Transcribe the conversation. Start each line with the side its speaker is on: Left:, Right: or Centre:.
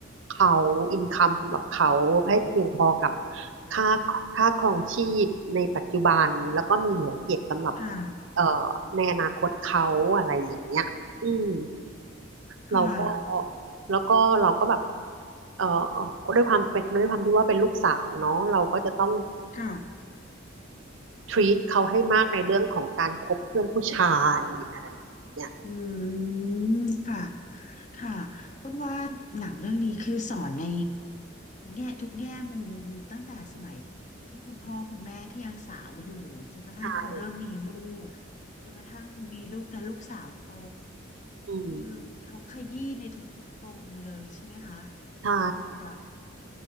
Right: เขาอินคัมสำหรับเขาให้เพียงพอกับค่าค่าครองชีพในปัจจุบันแล้วก็มีเหลือเก็บสำหรับ
Left: ค่ะ
Right: เอ่อในอนาคตเขาอะไรอย่างเงี้ยอืม
Left: ค่ะ
Right: เราก็แล้วก็เราก็แบบเอ่อด้วยความเป็นด้วยความที่ว่าเป็นลูกสาวเนาะเราก็จะต้อง
Left: ค่ะ
Right: treat เขาให้มากในเรื่องของการคบเพื่อนผู้ชายอะไรอย่างเงี้ย
Left: อืมค่ะ ค่ะอ้นว่าหนังเรื่องนี้คือสอนในแง่ทุกแง่มุมตั้งแต่สมัยรุ่นคุณพ่อคุณแม่ที่ยังสาวอยู่จนกระทั่งเขาเริ่มมีลูก
Right: ใช่
Left: จนกระทั่งมีลูกแล้วลูกสาวโต
Right: อืม
Left: คือเขาขยี้ในทุกๆปมเลยใช่ไหมคะ
Right: ใช่
Left: คือแบบ